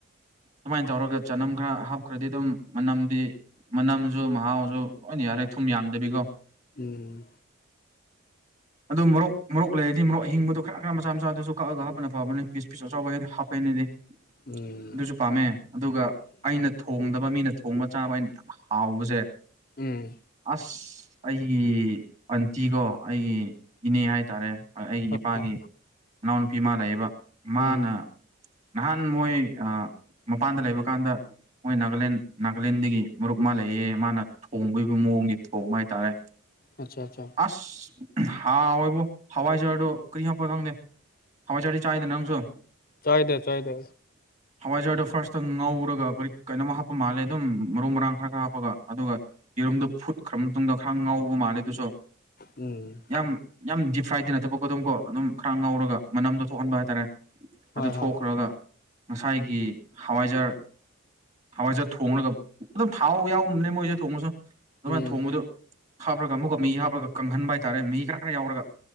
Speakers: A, on the right (about 35°); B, on the left (about 45°).
A: ꯁꯨꯃꯥꯏꯅ ꯇꯧꯔꯒ ꯆꯅꯝ ꯈ꯭ꯔ ꯍꯥꯞꯈ꯭ꯔꯗꯤ ꯑꯗꯨꯝ ꯃꯅꯝꯗꯤ ꯃꯅꯝꯁꯨ ꯃꯍꯥꯎꯁꯨ ꯂꯣꯏꯅ ꯌꯥꯔꯦ ꯊꯨꯝ ꯌꯥꯝꯗꯕꯤꯀꯣ
B: ꯎꯝ
A: ꯑꯗꯨ ꯃꯣꯔꯣꯛ ꯃꯔꯣꯔꯣꯛ ꯂꯩꯔꯗꯤ ꯃꯔꯣꯔꯣꯛ ꯑꯤꯡꯕꯗꯣ ꯈꯔ ꯈꯔ ꯃꯆꯥ ꯃꯆꯥꯗꯨꯁꯨ ꯀꯛꯑꯒ ꯍꯥꯞꯅ ꯐꯕꯅꯦ ꯄꯤꯁ ꯄꯤꯁ ꯑꯆꯧꯕ ꯍꯥꯏꯗꯤ ꯐꯩꯅꯦꯗꯤ
B: ꯎꯝ
A: ꯑꯗꯨꯁꯨ ꯄꯥꯝꯃꯦ ꯑꯗꯨꯒ ꯑꯩꯅ ꯊꯣꯡꯗꯕ ꯃꯤꯅ ꯊꯣꯡꯕ ꯆꯥꯕ ꯑꯩꯅ ꯌꯥꯝ ꯍꯥꯎꯕꯁꯦ
B: ꯎꯝ
A: ꯑꯁ ꯑꯩꯒꯤ ꯑꯟꯇꯤꯒꯣ ꯑꯩꯒꯤ ꯏꯅꯦ ꯍꯥꯏꯇꯥꯔꯦ ꯑꯩꯒꯤ
B: ꯍꯣꯏ
A: ꯏꯄꯥꯒꯤ
B: ꯍꯣꯏ
A: ꯏꯅꯥꯎꯅꯨꯄꯤ ꯃꯥ ꯂꯩꯕ ꯃꯥꯅ
B: ꯎꯝ
A: ꯅꯍꯥꯟ ꯃꯣꯏ ꯃꯄꯥꯟꯗ ꯂꯩꯕ ꯀꯥꯟꯗ ꯃꯣꯏ ꯅꯥꯒꯥꯂꯦꯟ ꯅꯥꯒꯥꯂꯦꯟꯗꯒꯤ ꯃꯔꯨꯞ ꯃꯥ ꯂꯩꯑꯦ ꯃꯥꯅ ꯊꯣꯡꯕꯒꯤꯕ ꯃꯑꯣꯡꯒꯤ ꯊꯣꯡꯕ ꯍꯥꯏꯇꯥꯔꯦ
B: ꯑꯆꯥ ꯑꯆꯥ
A: ꯑꯁ ꯍ ꯍꯣꯏꯕꯨ ꯍꯋꯥꯏꯖꯔꯗꯣ ꯀꯔꯤ ꯍꯥꯞꯄ ꯈꯪꯗꯦ ꯍꯋꯥꯏꯖꯥꯔꯗꯤ ꯆꯥꯏꯗꯅꯪꯁꯨ
B: ꯆꯥꯏꯗ ꯆꯥꯏꯗ
A: <unintelligible> ꯍꯋꯥꯏꯖꯥꯔꯗꯣ ꯐꯥꯔꯁꯇꯝ ꯉꯧꯔꯒ ꯀꯔꯤ ꯀꯩꯅꯣꯝ ꯍꯥꯞꯄ ꯃꯥꯜꯂꯦ ꯑꯗꯨꯝ ꯃꯔꯨ ꯃꯔꯥꯡ ꯈꯔ ꯈꯔ ꯍꯥꯞꯄꯒ ꯑꯗꯨꯒ ꯌꯦꯔꯨꯝꯗꯣ ꯐꯨꯠꯈ꯭ꯔ ꯃꯇꯨꯡꯗ ꯈꯔ ꯉꯥꯎꯧꯕ ꯃꯥꯜꯂꯦ ꯑꯗꯨꯁꯨ
B: ꯎꯝ
A: ꯌꯥꯝ ꯌꯥꯝ ꯗꯤꯞ ꯐ꯭ꯔꯥꯏꯗꯤ ꯅꯠꯇꯕ ꯀ ꯑꯗꯨꯝ ꯀꯣ ꯑꯗꯨꯝ ꯈꯔ ꯉꯥꯎꯔꯒ ꯃꯅꯝꯗꯣ ꯊꯣꯛꯍꯟꯕ ꯍꯥꯏꯇꯥꯔꯦ
B: ꯍꯣꯏ
A: ꯑꯗꯨ ꯊꯣꯛꯈ꯭ꯔꯒ
B: ꯍꯣꯏ
A: ꯉꯁꯥꯏꯒꯤ ꯍꯋꯥꯏꯖꯔ ꯍꯋꯥꯏꯁꯦ ꯊꯣꯡꯂꯒ ꯑꯗꯨꯝ ꯊꯥꯎ ꯌꯥꯎꯕꯅꯦ ꯃꯣꯏꯁꯦ ꯊꯣꯡꯉꯁꯨ ꯑꯗꯨꯃꯥꯏꯅ
B: ꯎꯝ
A: ꯊꯣꯡꯕꯗꯨ ꯍꯥꯞꯂꯒ ꯑꯃꯨꯛꯀ ꯃꯍꯤ ꯍꯥꯞꯄꯒ ꯀꯪꯍꯟꯕ ꯍꯥꯏꯇꯥꯔꯦ ꯃꯍꯤ ꯈꯔ ꯈꯔ ꯌꯥꯎꯔꯒ